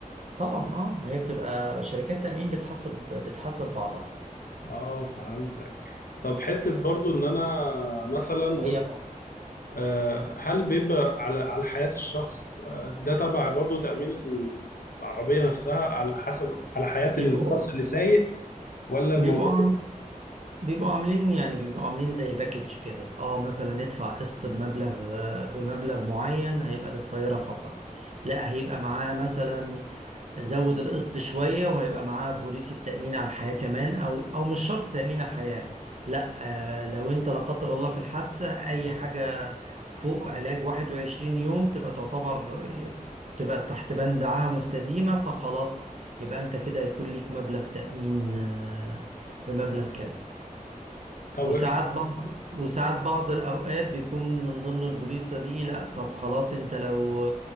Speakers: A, on the right; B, on the left.
A: طبعا اه ما هي بتبقى شركات تأمين بتحسب بتحسب بعضها
B: اه فهمتك طب حتة برضو ان انا مثلا
A: هي
B: آه، هل بيبقى على على حياة الشخص آه، ده تبع برضه تأمين ال- العربية نفسها على حسب على حياة
A: بيبقوا
B: الشخص اللي سايق ولا
A: بيبقوا
B: الموضوع
A: بيبقوا عاملين يعني بيبقوا عاملين زي باكج كده اه مثلا ادفع قسط بمبلغ آه، بمبلغ معين هيبقى للسيارة فقط لا هيبقى معاه مثلا زود القسط شوية وهيبقى معاه بوليصة تأمين على الحياة كمان او او مش شرط تأمين على الحياة لا آه لو انت لا قدر الله في الحادثة اي حاجة فوق علاج 21 يوم تبقى تعتبر تبقى تحت بند عاهة مستديمة فخلاص يبقى انت كده هيكون ليك مبلغ تأمين آه، بمبلغ كذا
B: طب
A: وساعات بعض وساعات بعض الأوقات بيكون من ضمن البوليصة دي لأ طب خلاص أنت لو